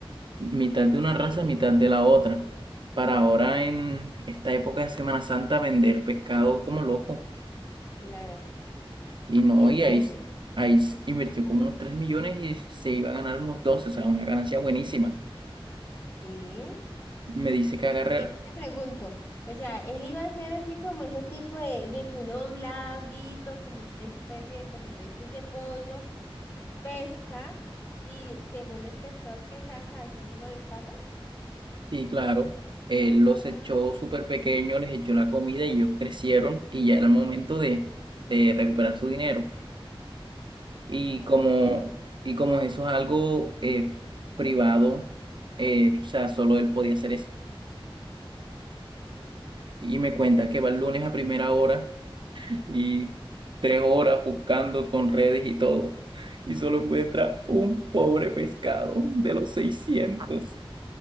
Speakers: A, on the right; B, on the left.
A: mitad de una raza,
B: Dios
A: mitad
B: mío,
A: de la otra. Para ahora en esta época de Semana Santa vender pescado como loco.
B: claro.
A: Y no,
B: Y entonces,
A: y ahí, ahí invirtió como unos 3 millones y se iba a ganar unos doce o sea, una ganancia buenísima.
B: ¿sí?
A: Me dice
B: Ven,
A: que agarra,
B: ven, te pregunto, o sea, él iba a ser así como ese tipo de, de que uno va a un laguito, como una especie de, como tú dices, de pozo, pesca, y según los pescados que saca, así mismo los paga.
A: y claro, él los
B: Ah,
A: echó súper pequeños, les echó la comida y ellos crecieron y ya era el momento de, de recuperar su dinero. Y
B: ya
A: como,
B: entiendo.
A: y como eso es algo eh, privado, eh, o sea, solo él podía hacer eso.
B: Mm,
A: Y me cuenta que va el lunes a primera hora y tres horas buscando con redes y todo, y solo encuentra un pobre pescado de los seiscientos